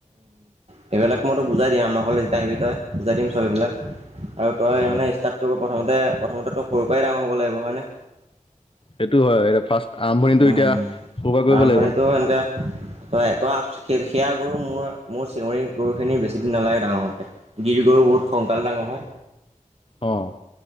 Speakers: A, on the right (about 50°); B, on the left (about 40°).
A: সেইবিলাক মইতোক বুজাই দিম আমাৰ ঘৰলে যেতিয়া আহিবি তই বুজাই দিম চব এইবিলাক। আৰু তই
B: অ
A: মানে স্টাৰ্ট টো প্ৰথমমতে - প্ৰথমতে তই সৰুৰ পৰাই ডাঙৰ হ'ব লাগিব হয় নে।
B: সেইটো হয় এয়া ফাৰ্ষ্ট আৰম্ভণিটো
A: উম,
B: এতিয়া ক'ৰ
A: উম,
B: পৰা কৰিব
A: আৰম্ভণিতো
B: লাগিব।
A: এনেকে তই তই আহ সেয়া গৰু মোৰ মোৰ চেউৰি গৰুখিনি বেছিদিন নালাগে ডাঙৰ হতে গিৰি গৰু বহুত সোনকালে ডাঙৰ হয়।
B: অ',